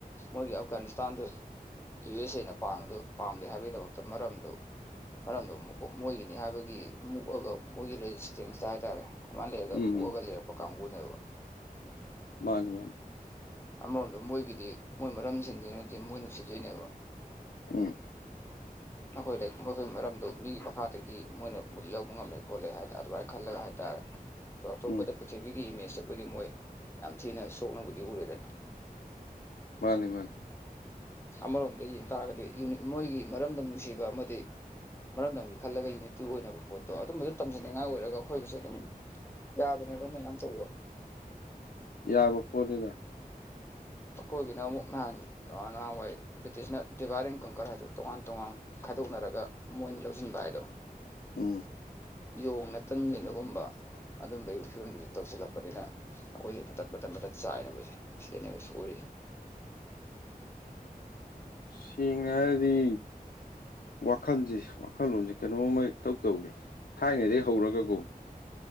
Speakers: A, on the left (about 15°); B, on the left (about 80°).
A: ꯃꯣꯏꯒꯤ ꯑꯐꯒꯥꯅꯤꯁꯇꯥꯟꯗ ꯌꯨ ꯑꯦꯁ ꯑꯦꯅ ꯄꯥꯟꯕꯗꯨ ꯄꯥꯝꯗꯦ ꯍꯥꯏꯕꯒꯤꯗꯃꯛꯇ ꯃꯔꯝꯗꯨ ꯃꯔꯝꯗꫭ ꯃꯣꯏꯒꯤꯅꯤ ꯍꯥꯏꯕꯒꯤ ꯃꯨꯛꯑꯒ ꯃꯣꯏꯒꯤ ꯔꯦꯖꯤꯁꯇꯦꯟꯁꯇ ꯍꯥꯏꯇꯥꯔꯦ ꯑꯗꯨꯃꯥꯏ ꯂꯩꯌꯦ
B: ꯎꯝ
A: ꯃꯨꯛꯑꯒꯥ
B: ꯎꯝ
A: ꯔꯩꯂꯛꯄꯥ ꯀꯥꯝꯕꯨꯅꯦꯕ
B: ꯃꯥꯅꯤ ꯃꯥꯅꯤ
A: ꯑꯃꯔꯣꯝꯗ ꯃꯣꯏꯒꯤꯗꯤ ꯃꯣꯏ ꯃꯔꯝ ꯁꯤꯡꯗꯨꯅꯗꯤ ꯃꯣꯏ ꯅꯨꯡꯁꯤ ꯗꫭꯏꯅꯦꯕ
B: ꯎꯝ
A: <unintelligible> ꯑꯩꯈꯣꯏꯂꯩ ꯃꯣꯏꯒꯤ ꯃꯔꯝꯗꯣ ꯃꯤꯒꯤ ꯃꯈꯥꯗꯒꯤ ꯃꯣꯏꯅ ꯃꯨꯟꯂꯛꯄ ꯉꯝꯃꯦ ꯈꯣꯠꯂꯦ ꯍꯥꯏꯅꯥ ꯑꯗꯨꯃꯥꯏꯅ ꯈꯜꯂꯒ ꯍꯥꯏꯇꯥꯔꯦ ꯑꯇꯣꯞꯄꯗ
B: ꯎꯝ
A: ꯄ꯭ꯔꯤꯊꯤꯕꯤꯒꯤ ꯏꯃꯦꯖꯇ ꯕꯨꯗꯤ ꯃꯣꯏ ꯌꯥꯝ ꯊꯤꯅ ꯁꯣꯛꯅꯕꯨꯗꯤ ꯎꯔꯦꯗꯅꯥ
B: ꯃꯥꯟꯅꯤ ꯃꯥꯅꯤ
A: ꯑꯃꯔꯣꯝꯗꯥ ꯌꯦꯡꯕ ꯇꯥꯔꯒꯗꯤ ꯌꯨꯅꯤꯠ ꯃꯣꯏꯒꯤ ꯃꯔꯝꯗꯝ ꯅꯨꯡꯁꯤꯕ ꯑꯃꯗꯤ ꯃꯔꯝꯗꯝꯒꯤ ꯈꯜꯂꯒ ꯌꯨꯅꯤꯇꯤ ꯑꯣꯏꯅꯕꯥ ꯄꯣꯠꯇꯣ ꯑꯗꯨꯝꯕꯥ ꯑꯗꯨ ꯇꯝꯖꯅꯤꯡꯉꯥꯏ ꯑꯣꯏꯔꯒ ꯑꯩꯈꯣꯏ ꯃꯁ°ꯟ ꯑꯗꯨꯝ ꯌꯥꯕꯅꯦ ꯕꯥ ꯃꯗꯨꯃꯥꯏꯅ ꯇꯧꯕꯥ
B: ꯌꯥꯕꯥ ꯄꯣꯠꯅꯤꯗꯥ
A: ꯑꯩꯈꯣꯏꯒꯤꯅ ꯑꯃꯨꯛ ꯅꯍꯥꯟ ꯅꯍꯥꯟꯋꯥꯏ ꯕ꯭ꯔꯤꯇꯤꯁꯅ ꯗꯤꯚꯔ°ꯟ ꯀꯪꯀꯔ ꯍꯥꯏꯗꯨ ꯇꯣꯉꯥꯟ ꯇꯣꯉꯥꯟ ꯈꯥꯏꯗꯣꯛꯅꯔꯒ ꯃꯣꯏꯅ ꯂꯧꯁꯤꯟꯕ ꯍꯥꯏꯗꯣ
B: ꯎꯝ
A: ꯌꯣꯡꯅ ꯇꯟ ꯌ°ꯟꯕꯒꯨꯝꯕ ꯑꯗꯨꯝꯕꯒꯤ ꯐꯤꯕꯝꯗꯨꯗ ꯇꯧꯁꯤꯜꯂꯛꯄꯅꯤꯅ ꯑꯩꯈꯣꯏꯁꯨ ꯃꯇꯠ ꯃꯇꯠ ꯆꯥꯏꯅꯕꯥꯏꯖꯤ ꯁꯤꯗꯅꯦꯕ ꯁꫭꯏꯔꯤꯁꯤ
B: ꯁꯦꯡꯅ ꯍꯥꯏꯔꯗꯤ ꯋꯥꯈꯜꯖꯤ ꯋꯥꯈꯜꯂꯣꯟꯖꯤ ꯀꯩꯅꯣꯝꯃꯥ ꯏꯇꯧ ꯇꯧꯔꯦ ꯊꯥꯏꯅꯗꯩ ꯍꯧꯔꯒꯀꯣ